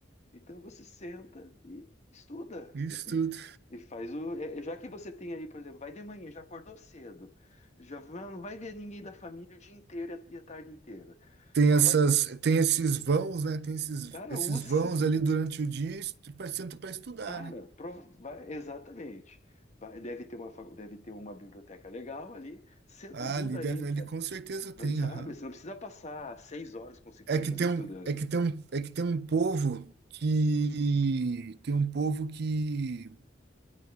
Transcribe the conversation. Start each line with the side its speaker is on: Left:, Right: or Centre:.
Left: Então você senta e estuda. Falei,
Right: Isso tudo.
Left: E faz o. é, é, já que você tem aí, por exemplo, vai de manhã, já acordou cedo, já vai- não vai ver ninguém da família o dia inteiro e a, e a tarde inteira.
Right: Tem
Left: Só
Right: essas,
Left: vai.
Right: tem esses vãos, né? Tem esses,
Left: Cara,
Right: esses
Left: usa
Right: vãos
Left: esses.
Right: ali durante o dia, senta para estudar,
Left: Cara,
Right: né?
Left: prova- vai, exatamente. Vai, deve ter uma, fa- deve ter uma biblioteca legal ali, senta
Right: Ah,
Left: a bunda
Right: ali
Left: ali,
Right: deve,
Left: cara.
Right: ali com certeza tem,
Left: Vai, Sabe?
Right: aham.
Left: Você não precisa passar seis horas consecutivas
Right: É que tem
Left: estudando.
Right: um, é que tem um, é que tem um povo que tem um povo que